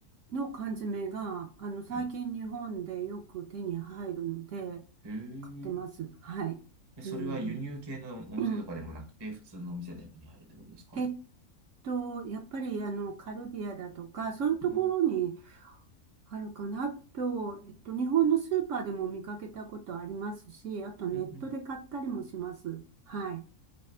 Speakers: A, on the right (about 65°); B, on the right (about 25°).
A: の缶詰が、あの、最近日本でよく手に入るので、
B: はいへえ。
A: 買ってます。はい。
B: え、それは輸入系のお店とかでもなくて、
A: うん。<clears throat>
B: 普通のお店で手に入るってことですかう
A: えっと、やっぱり、あの、カルディアだとか、そういうところに
B: んうん。
A: あるかなと、えっと、日本のスーパーでも見かけたことありますし、あとネットで買ったりもします。
B: うんうん。
A: はい。